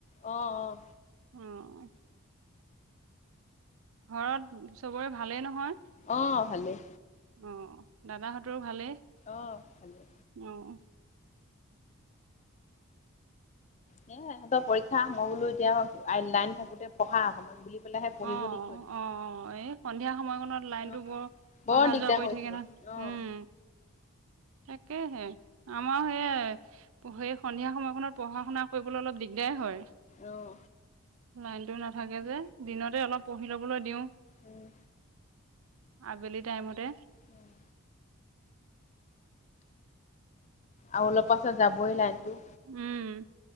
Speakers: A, on the left; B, on the right.
A: অ',
B: উম। ঘৰত চবৰে ভালেই নহয়?
A: অ', ভালেই।
B: অ' দাদাহঁতৰো ভালেই?
A: অহ ভালে।
B: অ'
A: এ সিহঁতৰ পৰীক্ষা, মই বোলো এতিয়া লাইন থাকোতে পঢ়া অকনমান বুলি পেলাইহে পঢ়িব
B: অ'
A: দি থৈ দিছো।
B: অ' এই সন্ধিয়া সময়খনত লাইনটো
A: অ',
B: বৰ
A: বৰ
B: অহা
A: দিগদাৰ
B: যোৱা কৰি থাকে নহয়
A: অ',
B: উম। তাকেহে আমাৰ সেয় সেই সন্ধিয়া সময়খনৰ পঢ়া শুনা কৰিবলৈ অলপ দিগদাৰ হয়।
A: অহ।
B: লাইনটো নাথাকে কে যে দিনতে অলপ পঢ়ি লবলৈ দিওঁ।
A: উম,
B: আবেলি টাইমতে
A: উম। আৰু অলপ পাছত যাবই লাইনতো।
B: উম